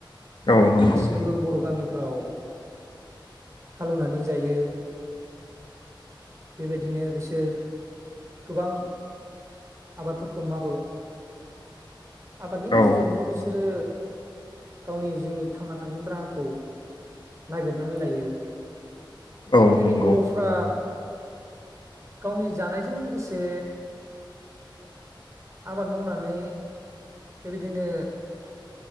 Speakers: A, on the left; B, on the right.
A: औ नंगौ
B: दासिमबो बर' फ्राव हालौवनानै जायो बेबायदिनो बिसोर गोबां आबादफोरखौ मावो आबादनि गेजेरजोंनो
A: औ
B: बिसोरो गावनि जिउनि थांना थानायनि राहा खौ नागिरनानै लायो
A: औ
B: जोंनि
A: नंगौ
B: बर'फ्रा गावनि जानायजों लोगोसे आबाद मावनानै बेबायदिनो